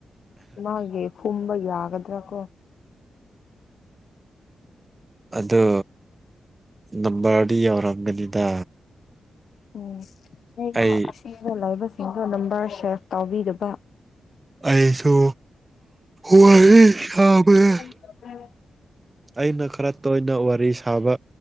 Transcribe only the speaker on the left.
ꯃꯥꯒꯤ ꯈꯨꯝꯕ ꯌꯥꯒꯗ꯭ꯔꯥ ꯀꯣ
ꯎꯝ ꯌꯦꯡꯉꯣ
ꯑꯁꯤꯕꯨ ꯂꯩꯕꯁꯤꯡꯗꯣ ꯅꯝꯕꯔ ꯁꯦꯚ ꯇꯧꯕꯤꯗꯕ
ꯎꯝ